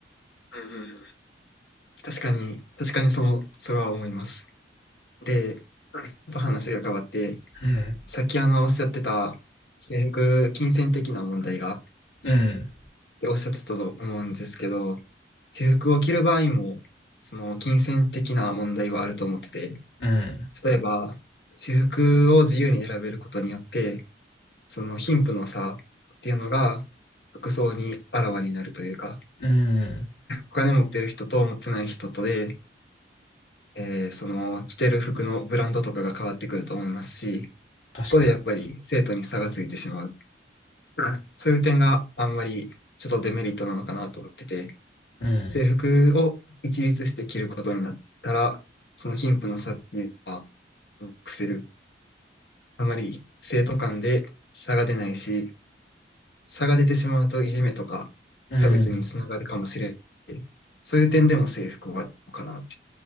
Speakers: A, on the left; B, on the left.
A: うんうんうんうん確かに、確かにその、それは思います。で、ちょっと話が変わって、
B: うん。
A: さっきあのおっしゃってた、制服、金銭的な問題が
B: うん。
A: おっしゃってたと思うんですけど、制服を着る場合も、その金銭的な問題はあると思ってて、
B: うん。
A: 例えば、制服を自由に選べることによって、その貧富の差っていうのが、服装にあらわになるというか、
B: うん。
A: お金持ってる人と持ってない人とで、えーその着てる服のブランドとかが変わってくると思いますし、
B: 確かに。
A: こでやっぱり生徒に差がついてしまう。うんそういう点があんまりちょっとデメリットなのかなと思ってて、
B: うん。
A: 制服を一律して着ることになったら、その貧富の差っていうのはなくせる。あまり生徒間で差が出ないし、差が出てしまうといじめとか差別につながるかもしれない。
B: うん。
A: そういう点でも制服はどうかなって